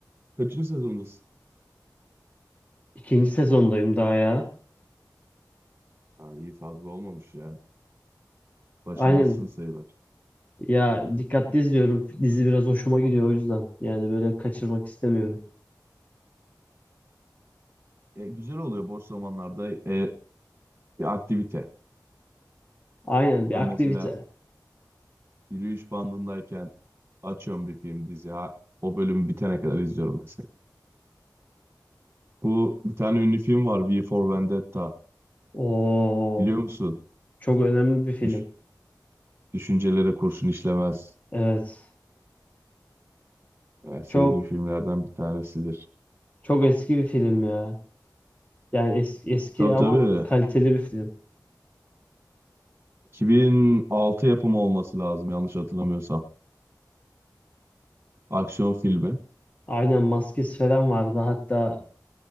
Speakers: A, on the right (about 30°); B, on the left (about 20°).
A: Kaçıncı sezondasın?
B: İkinci sezondayım daha ya.
A: Ha, iyi fazla olmamış ya. Başındasın
B: Aynen.
A: sayılır.
B: Ya dikkatli izliyorum. Dizi biraz hoşuma gidiyor o yüzden. Yani böyle kaçırmak istemiyorum.
A: E, güzel oluyor boş zamanlarda e, bir aktivite.
B: Aynen bir
A: Ben
B: aktivite.
A: mesela yürüyüş bandındayken açıyorum bir film dizi. Ha, o bölümü bitene kadar izliyorum mesela. Bu bir tane ünlü film var V for Vendetta.
B: Oo,
A: Biliyor musun?
B: çok önemli bir film.
A: Düş- düşüncelere kurşun işlemez.
B: Evet.
A: Yani sevdiğim
B: Çok
A: filmlerden bir tanesidir.
B: çok eski bir film ya. Yani es eski
A: Tabii
B: ama
A: tabii.
B: kaliteli bir film.
A: 2006 yapımı olması lazım yanlış hatırlamıyorsam. Aksiyon filmi.
B: Aynen maskesi falan vardı hatta